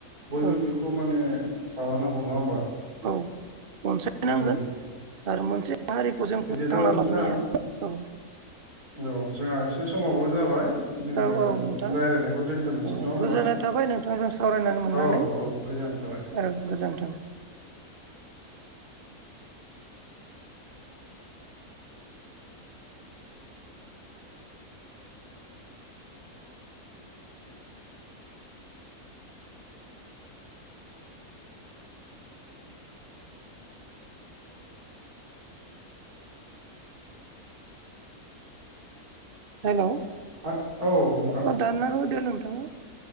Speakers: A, on the right; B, on the right.
A: बयबो
B: औ
A: बेखौ माने माबानांगौ नङा होमबा?
B: औ अनसायनांगोन
A: दा बिदि
B: आरो मोनसे हारिखौ जों
A: बिदिब्ला
B: फोथांना
A: नोंथां
B: लायनाया औ
A: औ जोंहा एसे समावबो जाबाय। जोङो
B: औ औ नोंथां
A: रायज्लायनायखौ दोनथ'नोसै
B: औ
A: नङा होमबा
B: गोजोननाय थाबाय नोंथांजों सावरायनानै मोननानै।
A: औ औ गोजोननाय थाबाय
B: औ गोजोन्थों। हेल'
A: औ औ नोंथां
B: अ दाना होदो नोंथाङा।